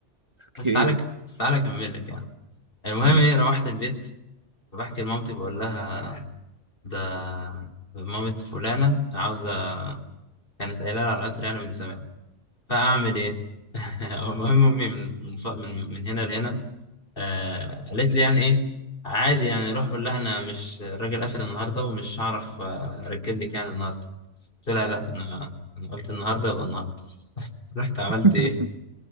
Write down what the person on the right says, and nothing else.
اوكي
ماشي
<laughs>